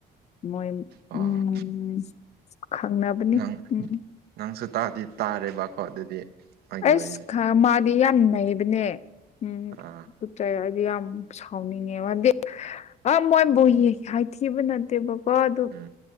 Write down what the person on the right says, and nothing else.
ꯑꯣ
ꯅꯪ
ꯅꯪꯁꯨ ꯇꯥꯗꯤ ꯇꯥꯔꯦꯕꯀꯣ ꯑꯗꯨꯗꯤ ꯃꯥꯒꯤ
ꯋꯥꯔꯤꯁꯦ
ꯑꯥ
ꯎꯝ